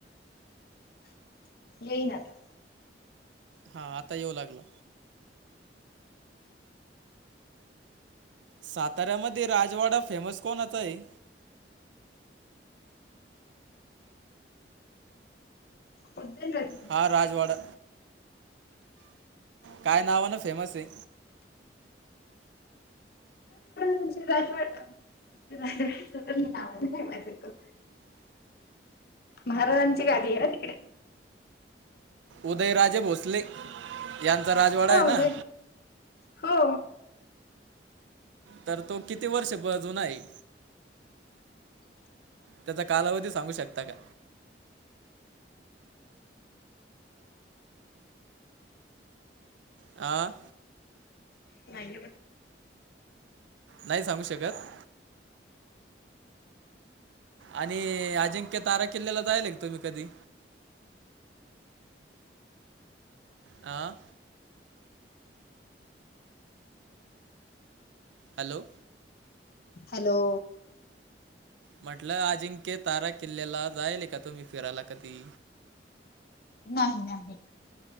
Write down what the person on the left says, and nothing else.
येईन आता
क्वचितच
तुमची राजवाडा राजवाडा तस नाव आहे तिथं महाराजांची गादी हे ना तिकडे
हो
उदय हो
नाही
हॅलो?
नाही नाही.